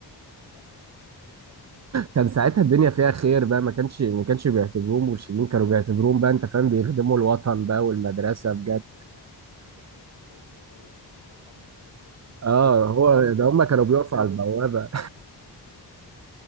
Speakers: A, on the left; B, on the right.
A: <laughs>
B: كان
A: بس
B: ساعتها
A: الدرجه
B: الدنيا فيها خير بقى ما كانش ما كانش بيعتبروهم مرشدين كانوا بيعتبروهم بقى انت فاهم بيخدموا الوطن بقى والمدرسه
A: يا عم بيخدموا
B: بجد
A: الوطن ايه يا عم كاسبين المدرسه كلها يجري ورايا بالشريطه الحمراء اللي كان لابسها دي يلا
B: اه
A: يا عم بقى
B: هو ده
A: جيت
B: هم
A: لايف
B: كانوا
A: بقى
B: بيقفوا على البوابه